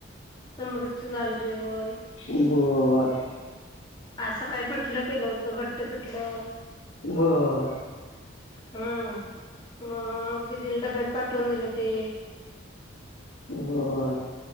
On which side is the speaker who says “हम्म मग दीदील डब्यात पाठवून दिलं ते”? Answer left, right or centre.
Left